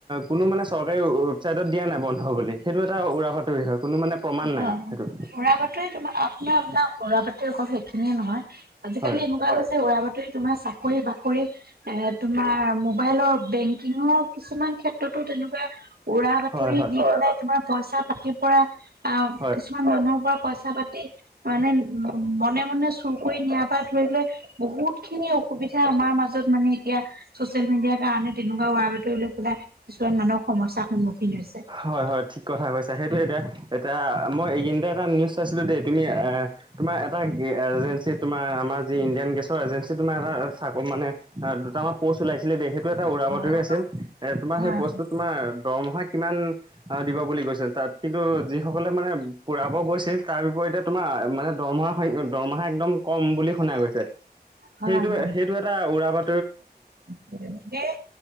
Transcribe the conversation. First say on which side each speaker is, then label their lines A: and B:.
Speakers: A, on the right; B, on the right.
A: কোনো মানে চৰকাৰী ৱেবছাইটত দিয়া নাই, বন্ধ বুলি সেইটো এটা উৰা বাতৰি হয়। কোনো মানে প্ৰমাণ
B: উৰা
A: নাই সেইটো।
B: তোমাৰ আপোনাৰ আপোনাৰ উৰা বাতি অকল সেইখিনিয়ে নহয়, আজিকালি
A: হয়
B: এনেকুৱা হৈছে উৰা বাতৰি তোমাৰ চাকৰি বাকৰি এ তোমাৰ মোবাইলৰ বেংকিঙৰ কিছুমান ক্ষেত্ৰতো তেনেকুৱা, উৰা বাতৰি
A: হয় হয়
B: দি পেলাই তোমাৰ পইচা পাতি পৰা আহ, কিছু
A: হয়
B: কিছুমান মানুহৰ পৰা পইচা পাতি মানে উ মনে-মনে চুৰ কৰি নিয়াৰ পৰা, ধৰিলে বহুত খিনি অসুবিধা আমাৰ মাজত মানে এতিয়া চচিয়েল মিডিয়াৰ কাৰণে তেনেকুৱা উৰা বতৰিলৈ পেলাই কিছুমান মানুহক সমস্যাৰ সন্মুখীন হৈছে।
A: হয়-হয় ঠিক কথা কৈছা, সেইটোৱে এতিয়া এতিয়া মই এইকেইদিনতে এটা নিউজ চাইছিলোঁ দেই তুমি তোমাৰ এটা এজেঞ্চি, তোমাৰ আমাৰ যি ইণ্ডিয়ান গেছৰ এজেঞ্চি তোমাৰ এটা চাক মানে দুটামান প'ষ্ট ওলাইছিলে দ সেইটো এটা উৰা বাতৰি
B: হয়
A: আছিল। তোমাৰ
B: হয়
A: সেই প'ষ্টটো তোমাৰ দৰমহা কিমান দিব বুলি কৈছে তাত কিন্তু যিসকলে মানে পুৰাব গৈছিল তাৰ বিপৰীতে তোমাৰ মানে দৰমহাৰ সং দৰমহা একদম কম বুলি শুনা গৈছে।
B: হয়
A: সেইটো সেইটো এটা উৰা বা
B: সেইটো